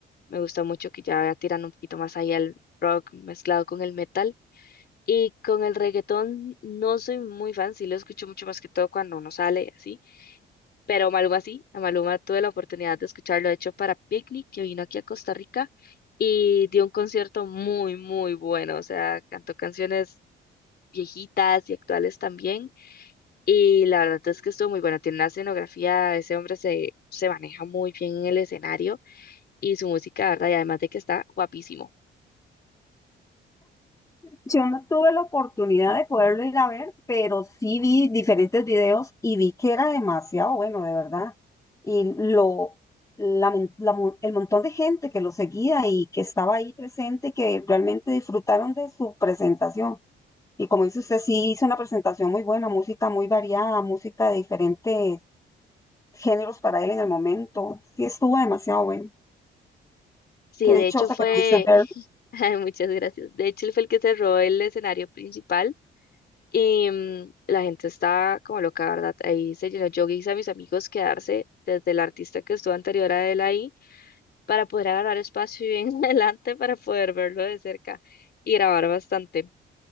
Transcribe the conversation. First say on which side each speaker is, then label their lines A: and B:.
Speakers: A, on the left; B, on the left.
A: Me gusta mucho que ya tiran un poquito más ahí al rock mezclado con el metal. Y con el reggaetón no soy muy fan, sí lo escucho mucho más que todo cuando uno sale y así, pero Maluma sí, a Maluma tuve la oportunidad de escucharlo, de hecho, para Picnic, que vino aquí a Costa Rica y dio un concierto muy, muy bueno, o sea, cantó canciones viejitas y actuales también, y la verdad es que estuvo muy bueno, tiene una escenografía, ese hombre se, se maneja muy bien en el escenario y su música, ¿verdad? Y además de que está guapísimo.
B: Yo no tuve la oportunidad de poderlo ir a ver, pero sí vi diferentes videos y vi que era demasiado bueno, de verdad. Y lo, la mon- la mon- el montón de gente que lo seguía y que estaba ahí presente, que realmente disfrutaron de su presentación. Y como dice usted, sí hizo una presentación muy buena, música muy variada, música de diferentes géneros para él en el momento. Sí estuvo demasiado bueno.
A: Sí,
B: Qué
A: de
B: dichosa
A: hecho fue,
B: que pudiste verlo.
A: <laughs> ay, muchas gracias. De hecho, él fue el que se robó el escenario principal y mm, la gente está como loca, ¿verdad? Ahí se llenó. Yo hice a mis amigos quedarse desde el artista que estuvo anterior a él ahí para poder agarrar espacio y bien <laughs> adelante para poder verlo de cerca y grabar bastante.